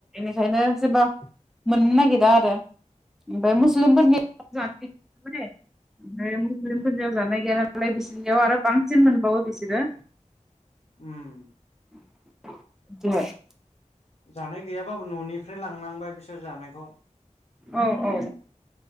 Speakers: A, in the centre; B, on the left (about 55°).
A: ओंखायनो जेनबा मोननो नागिरा आरो। ओमफ्राय
B: उम
A: मुस्लिमफोरनि ओमफ्राय मुस्लिमफोरनियाव जानाय गैया नालाय बिसोरनियाव आरो बांसिन मोनबावो बिसोरो।
B: उम ।
A: <inaudible>
B: जानाय गैयाबाबो न'नि ओफ्राय लांनांबाय बिसोर जानायखौ।
A: औ औ।